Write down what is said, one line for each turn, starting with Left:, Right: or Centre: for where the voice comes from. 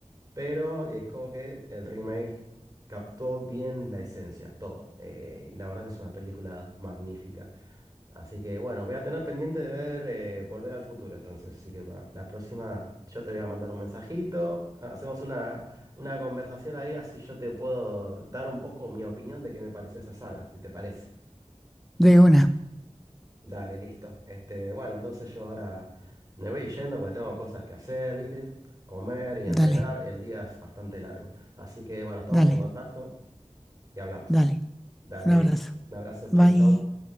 Right: pero es como que el remake captó bien la esencia, todo. eh, y la verdad que es una película magnífica. Así que bueno, voy a tener pendiente de ver eh, Volver al Futuro entonces. Así que para la próxima yo te voy a mandar un mensajito, ha- hacemos una, una conversación ahí, así yo te puedo dar un poco mi opinión de qué me pareció esa saga, si te parece.
Centre: de una,
Right: Dale, listo. Este, bueno, entonces yo ahora me voy yendo porque tengo cosas que hacer, ¿viste? Comer y entrenar.
Centre: dale,
Right: El día es bastante largo. Así que bueno, estamos
Centre: dale,
Right: en contacto y hablamos.
Centre: dale,
Right: Dale,
Centre: un abrazo,
Right: un abrazo, chau,
Centre: bye.
Right: chau.